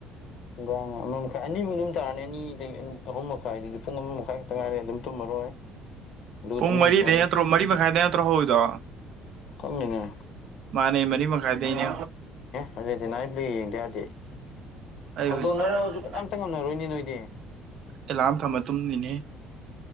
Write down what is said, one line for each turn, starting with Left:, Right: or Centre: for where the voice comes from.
Left: ꯨꯡꯒꯥꯏ ꯑꯃ ꯃꯈꯥꯏ ꯑꯅꯤꯃꯨꯛ ꯑꯗꯨꯝ ꯇꯥꯔꯅꯤ ꯑꯅꯤ ꯑꯗꯒꯤ ꯑ ꯑꯍꯨꯝ ꯃꯈꯥꯏꯗꯨ ꯄꯨꯡ ꯑꯃ ꯃꯈꯥꯏ ꯈꯛꯇ ꯉꯥꯏꯔꯦ ꯑꯗꯨꯝ ꯇꯨꯝꯃꯔꯣꯏ ꯑꯗꯨꯒ
Right: ꯄꯨꯡ
Left: ꯑꯗꯨꯝ
Right: ꯃꯔꯤꯗ
Left: ꯌꯦꯡꯊꯣꯛꯑꯅꯤ
Right: ꯅꯠꯇ꯭ꯔꯣ ꯃꯔꯤ ꯃꯈꯥꯏꯗ ꯅꯠꯇ꯭ꯔꯣ ꯍꯧꯔꯤꯗꯣ
Left: ꯈꯪꯗꯦꯅꯦ
Right: ꯃꯥꯅꯦ ꯃꯔꯤ ꯃꯈꯥꯏꯗꯅꯦ
Left: ꯑꯥꯔꯖꯦꯟꯇꯤꯅꯥꯁꯤꯗ ꯌꯦꯡꯗꯦ ꯌꯥꯔꯗꯤ
Right: ꯑꯩ
Left: ꯍꯧꯗꯣꯛꯅꯔꯛꯑꯁꯨ
Right: ꯍꯧꯖꯤꯛ
Left: ꯀꯅꯥꯝꯇ ꯉꯝꯅꯔꯣꯏꯅꯤ ꯅꯣꯏꯗꯤ
Right: ꯑꯦꯂꯥꯔꯝ ꯊꯝꯃ ꯇꯨꯡꯅꯤꯅꯦ